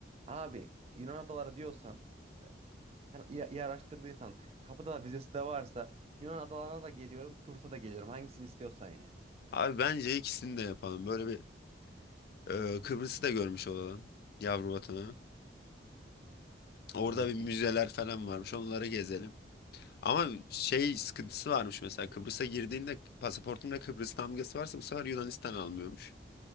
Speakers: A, on the right; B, on the left.
A: Abi Yunan adaları diyorsan sen iyi, iyi araştırdıysan kapıda da vizesi de varsa Yunan adalarına da geliyorum Kıbrıs'a da geliyorum hangisini istiyorsan yani.
B: Abi bence ikisini de yapalım. Böyle bir e, Kıbrıs'ı da görmüş olalım. Yavru vatanı. Orada
A: Ee,
B: bir müzeler
A: ikisi-
B: falan varmış. Onları gezelim. Ama şey sıkıntısı varmış mesela. Kıbrıs'a girdiğinde pasaportunda Kıbrıs damgası varsa bu sefer Yunanistan almıyormuş.